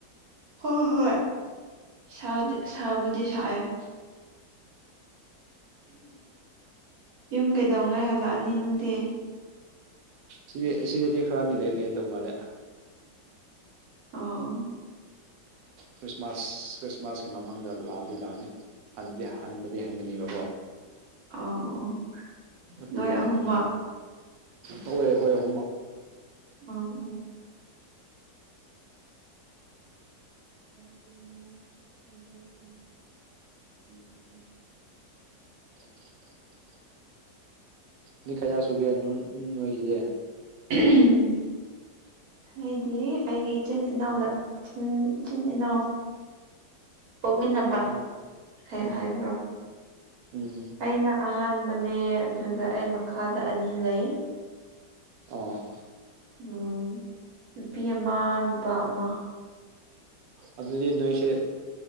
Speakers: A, on the right; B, on the right.
A: ꯍꯣꯏ ꯍꯣꯏ ꯍꯣꯏ ꯁꯥꯕꯨꯗꯤ ꯁꯥꯏꯑꯦ ꯌꯨꯝ ꯀꯩꯗꯧꯉꯩ ꯍꯜꯂꯛꯑꯅꯤ ꯅꯪꯗꯤ
B: ꯁꯤꯗꯤ ꯁꯤꯗꯗꯤ ꯈꯔꯗꯤ ꯂꯩꯔꯤ ꯂꯩꯔꯦ ꯇꯧ ꯃꯥꯜꯂꯦ
A: ꯑꯣ
B: ꯈ꯭ꯔꯤꯁꯃꯥꯁ ꯈ꯭ꯔꯤꯁꯃꯥꯁꯀꯤ ꯃꯃꯥꯡꯗ ꯂꯥꯛꯑꯗꯤ ꯂꯥꯛꯑꯅꯤ ꯗꯤ ꯍꯟꯕꯗꯤ ꯍꯪꯒꯅꯤꯕꯀꯣ
A: ꯑꯣ ꯑꯣ
B: ꯑꯗꯨ
A: ꯅꯣꯏ ꯑꯍꯨꯝꯃꯛ
B: ꯃꯃꯥꯡ
A: ꯎꯝ
B: ꯍꯣꯏ ꯑꯩꯈꯣꯏ ꯑꯍꯨꯝ
A: ꯎꯝ <unintelligible>
B: <inaudible> ꯃꯤ ꯀꯌꯥ ꯁꯨꯒꯦ ꯅ ꯅꯣꯏꯒꯤꯗꯤ
A: ꯎꯝ ꯍꯥꯏꯗꯤ ꯑꯩꯒꯤ ꯏꯆꯤꯟ ꯏꯅꯥꯎꯅ ꯏꯆꯤꯟ ꯏꯅꯥꯎ ꯀꯣꯛꯃꯤꯟꯅꯕ
B: ꯎꯝ
A: ꯍꯦꯛ
B: ꯎꯝ
A: ꯍꯥꯏꯕ꯭ꯔꯣ
B: ꯎꯝ
A: ꯑꯩꯅ ꯑꯍꯥꯟꯕꯅꯦ ꯑꯗꯨꯒ ꯑꯩ ꯃꯈꯥꯗ ꯑꯅꯤ ꯂꯩ
B: ꯑꯣ
A: ꯎꯝ ꯅꯨꯄꯤ ꯑꯃ ꯅꯨꯄꯥ ꯑꯃ
B: ꯑꯗꯨꯗꯤ ꯅꯣꯏꯁꯦ